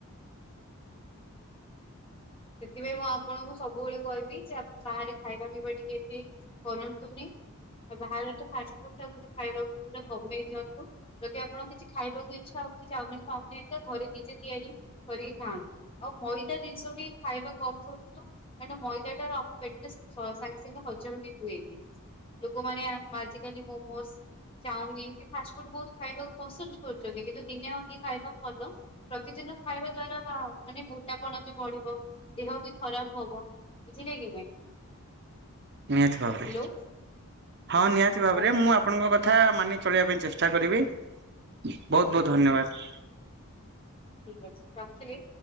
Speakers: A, on the left; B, on the right.
A: ସେଥିପାଇଁ ହଁ ମୁଁ ଆପଣଙ୍କୁ ସବୁବେଳେ କହିବି ଯେ ଆପଣ ବାହାରେ ଖାଇବା ପିଇବା ଟିକେ ଏତେ କରନ୍ତୁନି ବାହାରେ ତ ଫାଷ୍ଟଫୁଡ ଟା ଖାଇବାକୁ ପୁରା କମେଇ ଦିଅନ୍ତୁ ଯଦି ଆପଣ କିଛି ଖାଇବାକୁ ଇଛା ହଉଛି ଚାଉମିନ ଫାଉମିନି ହେରିକା ଘରେ ନିଜେ ତିଆରି କରିକି ଖାଆନ୍ତୁ ଆଉ ମଇଦା ଜିନିଷ ବି ଖାଇବା କମ କରନ୍ତୁ କାରଣ ମଇଦାଟା ଆମ ପେଟରେ ସାଙ୍ଗେ ସାଙ୍ଗେ ହଜମ ବି ହୁଏନି ଲୋକମାନେ ଆଜିକାଲି ମୋମୋଜ ଚାଉମିିନ ଏ ଫାଷ୍ଟଫୁଡ ବହୁତ ଖାଇବାକୁ ପସନ୍ଦ କରୁଛନ୍ତି କିନ୍ତୁ ଦିନେ ଦ ଖାଇବା ଭଲ ପ୍ରତିଦିନ ଖାଇବା ଦ୍ଵାରା ହ ମାନେ ମୋଟାପଣ ବି ବଢିବ। ଦେହ ବି ଖରାପ ହବ ବୁଝିଲେ କି ନାଇଁ।
B: ନିହାତି ଭାବରେ।
A: ହ୍ୟାଲୋ
B: ହଁ
A: ସେଇଟା
B: ନିହାତି ଭାବରେ
A: ହଉ
B: ମୁଁ ଆପଣଙ୍କ କଥା କଥା ମାନି ଚଳିବା ପାଇଁ ଚେଷ୍ଟା କରିବି। ବହୁତ
A: ଆଜ୍ଞା
B: ବହୁତ ଧନ୍ୟବାଦ।
A: ଠିକ ଅଛି ରଖିଲି।